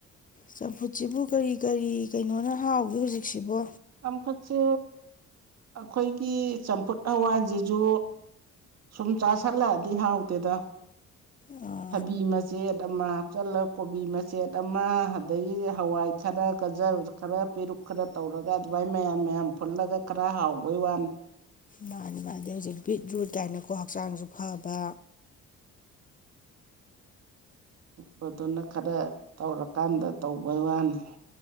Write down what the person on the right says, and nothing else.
ꯆꯝꯐꯨꯠꯁꯦ ꯑꯩꯈꯣꯏꯒꯤ ꯆꯝꯐꯨꯠ ꯍꯋꯥꯏꯁꯤꯁꯨ ꯁꯨꯝ ꯆꯥꯥꯁꯜꯂꯛꯑꯗꯤ ꯍꯥꯎꯇꯦꯗ
ꯐꯕꯤ ꯃꯆꯦꯠ ꯑꯃ ꯍꯥꯞꯆꯤꯜꯂ ꯀꯣꯕꯤ ꯃꯆꯦꯠ ꯑꯃ ꯑꯗꯒꯤ ꯍꯋꯥꯏ ꯈꯔ ꯒꯖꯔ ꯈꯔ ꯄꯦꯔꯨꯛ ꯈꯔ ꯇꯧꯔꯒ ꯑꯗꯨꯃꯥꯏꯅ ꯃꯌꯥꯝ ꯃꯌꯥꯝ ꯐꯨꯜꯂꯒ ꯈꯔ ꯍꯥꯎꯕꯩ ꯋꯥꯅꯤ
ꯕꯗꯨꯅ ꯈꯔ ꯇꯧꯔꯀꯥꯟꯗ ꯇꯧꯕꯩ ꯋꯥꯅꯤ